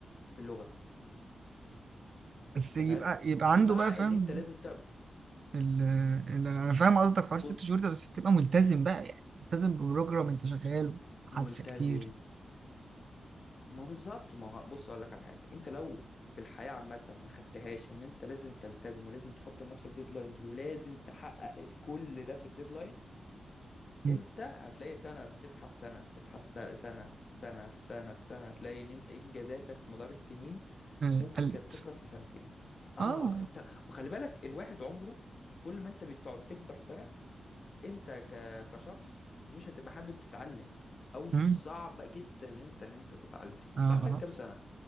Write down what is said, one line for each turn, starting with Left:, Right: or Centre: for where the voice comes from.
Left: في اللغة
Right: بس
Left: انت
Right: يبقى
Left: فاهم
Right: يبقى عنده
Left: مع
Right: بقى
Left: ان
Right: فاهم
Left: انت لازم تع-
Right: ال... ال... انا فاهم قصدك حوار
Left: بص
Right: ست شهور ده بس تبقى ملتزم بقى يعني ملتزم ببروجرام انت شغاله حادثة
Left: ملتزم
Right: كتير
Left: ما بالظبط ما هو بص اقول لك على حاجه انت لو في الحياه عامه ما خدتهاش ان انت لازم تلتزم ولازم تحط لنفسك ديدلاينز ولازم تحقق كل ده في الديدلاين
Right: م.
Left: انت هتلاقي سنه بتسحب سنه بتسحب سنه سنه في سنه في سنه في سنه هتلاقي ان انت انجازاتك مدار السنين
Right: آه،
Left: ممكن
Right: قلت
Left: كانت تخلص في سنتين اه
Right: اه
Left: انت وخلي بالك الواحد عمره كل ما انت بتقعد تكبر سنه انت ك... كشخص مش هتبقى حابب تتعلم او صعب
Right: امم
Left: جدا ان انت ان انت تتعلم
Right: اه
Left: انت عندك
Right: خلاص
Left: كام سنه